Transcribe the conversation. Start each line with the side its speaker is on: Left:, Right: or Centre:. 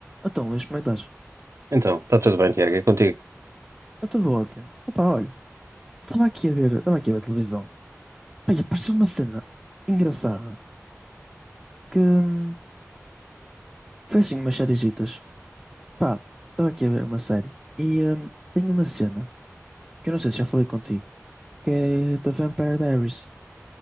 Centre: Então, Luís, como é que estás?
Right: Então, está tudo bem, Tiago, é contigo.
Centre: Eu estou ótimo. Opa, olha, estava aqui a ver, estava aqui a ver a televisão. Pá, e apareceu uma cena engraçada que hum, foi assim umas sériezitas. Pá, estava aqui a ver uma série e hum, tem uma cena que eu não sei se já falei contigo, que é The Vampire Diaries.